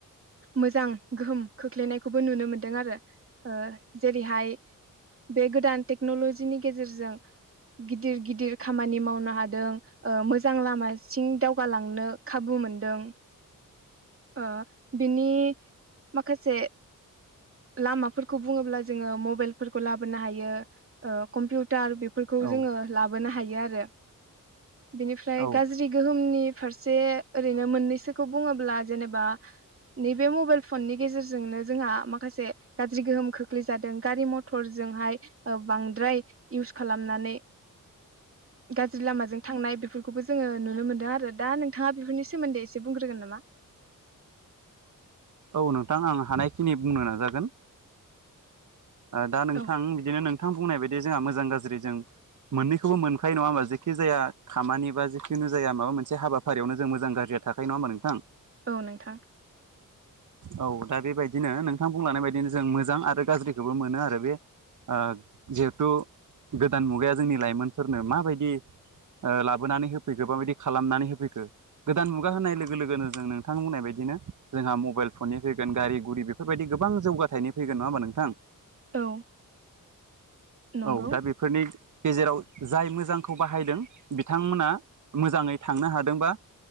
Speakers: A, on the right; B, on the right.
A: मोजां गोहोम खोख्लैनायखौबो नुनो मोनदों आरो ओ जेरैहाय बे गोदान टेक्नलजिनि गेजेरजों गिदिर गिदिर खामानि मावनो हादों ओ मोजां लामासिं दावगालांनो खाबु मोन दों ओ बिनि माखासे लामाफोरखौ बुङोब्ला जोङो मबाइलफोरखौ लाोनो हायो ओ कम्पिउटार बेफोरखौ
B: औ
A: जोङो लाबोनो हायो आरो बिनिफ्राय
B: औ
A: गाज्रि गोहोमनि फारसे ओरैनो मोननैसोखौ बुङोब्ला जेनेबा नैबे मबाइल फननि गेजेरजोंनो जोंहा माखासे गाज्रि गोहोम खो गोख्लै जादों गारि मथरजोंहाय ओ बांद्राय इउस खालामनानै गाज्रि लामाजों थांनाय बेफोर खौबो जोङो नुनो मोनदों आरो दा नोंथाङा बेफोरनि सोमोन्दै एसे बुंग्रोगोन नामा <unintelligible>
B: औ नोंथां आं हानायखिनि बुंनो नाजागोन ओ दा नोंथां
A: औ
B: बिदिनो नोंथां बुंनाय बायदि जोंहा मोजां गाज्रि जों मोननैखौबो मोनखायो नङा होमबा जेखि जाया खामानि बा जिखुनु जाया माबा मोनसे हाबाफारियावनो जों मोजां गाज्रि थाखाय नङामा नोंथां
A: औ नोंथां
B: औ दा बेबायदिनो नोंथां बुंलांनाय बायदिनो जों मोजां ओ जिहेथु गोदान मुगाया जोंनि लाइमोनफोरनो माबायदि ओ लाबोनानै होफैखो माबायदि खालामनानै होफैखो गोदान मुगा होनाय लोगो लोगोनो जों नोंथां बुंनाय बायदिनो जोंहा मबाइल फननि फैगोन गारि गुरि बेफोरबायदि गोबां जौगाथाय फैगोन नङा होमबा नोंथां
A: औ नंगौ
B: औ दा बेफोरनि गेजेराव जाय मोजांखौ बाहायदों बिथांमोना मोजाङै थांनो हादोंबा